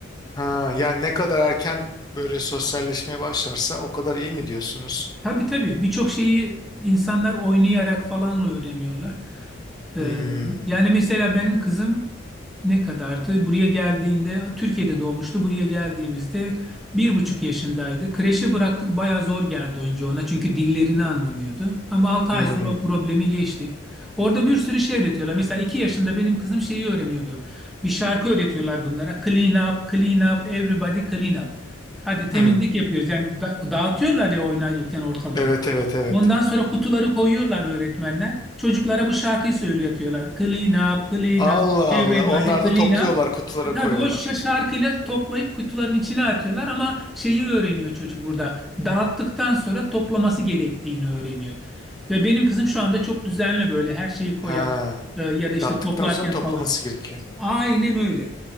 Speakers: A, on the left (about 20°); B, in the centre.
A: Ha, yani ne kadar erken böyle sosyalleşmeye başlarsa o kadar iyi mi diyorsunuz?
B: Tabii tabii birçok şeyi insanlar oynayarak falanla öğreniyorlar. E,
A: Hmm,
B: yani mesela benim kızım ne kadardı? Buraya geldiğinde Türkiye'de doğmuştu. Buraya geldiğimizde bir buçuk yaşındaydı. Kreşe bıraktık baya zor geldi önce ona çünkü dillerini anlamıyordu. Ama 6
A: hmm,
B: ay sonra o problemi geçtik. Orada bir sürü şey öğretiyorlar. Mesela 2 yaşında benim kızım şeyi öğreniyordu. Bir şarkı öğretiyorlar bunlara. Clean up, clean up, everybody clean up. Hadi temizlik
A: hmm.
B: yapıyoruz. Yani da- dağıtıyorlar ya oynarken ortalığı.
A: Evet evet evet.
B: Ondan sonra kutuları koyuyorlar öğretmenler. Çocuklara bu şarkıyı söylüyorlar. Clean up, clean
A: Allah
B: up, everybody
A: Allah. Onlar
B: clean
A: da topluyorlar
B: up.
A: kutulara koyuyorlar.
B: Tabii o şa- şarkıyla toplayıp kutuların içine atıyorlar ama şeyi öğreniyor çocuk burada. Dağıttıktan sonra toplaması gerektiğini öğreniyor. Ve benim kızım şu anda çok düzenli böyle her şeyi koyar
A: Ha,
B: e, ya da işte
A: tattıktan
B: toplarken
A: sonra toplaması
B: falan.
A: gerekiyor.
B: Aynen öyle.